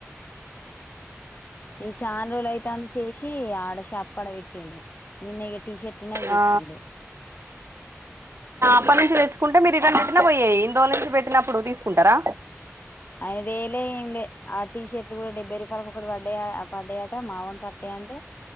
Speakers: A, on the left; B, on the right.
A: ఎ చానరోజులు అయితంది చేసి ఆడషాప్ కాడ పెట్టిండు నిన్నే గ టీ షర్ట్స్ను అవి తెచ్చిండు
B: ఆ అప్పటి నుంచి తెచ్చుకుంటే మీరు రిటర్న్ పెట్టినా పోయేయి ఇన్ని రోజుల నుంచి పెట్టినప్పుడు తీసుకుంటరా
A: ఐదు వేలే ఏంలే ఆ టీ షర్ట్లు కూడా డెబ్బై రూపాయలకు ఒకటి పడ్డాయా పడ్డాయట మావన్ కోత్తాయంటే